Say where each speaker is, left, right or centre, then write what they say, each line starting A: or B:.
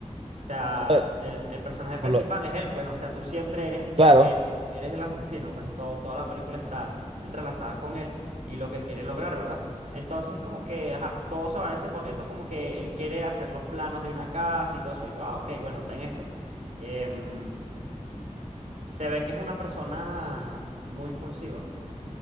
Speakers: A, on the right; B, on the right.
A: O sea,
B: Eh,
A: el, el personaje principal
B: no lo-
A: es él, pues, o sea, tú siempre eres
B: Claro.
A: el, el- el- eres el asesino, pues todo, toda la película está entrelazada con él y lo que quiere lograr, ¿verdad? Entonces, como que ajá, todo se va desenvolviendo, como que él quiere hacer los planos de una casa y todo eso, y yo, ah, ok, bueno, está en eso. Em, se ve que es una persona muy impulsiva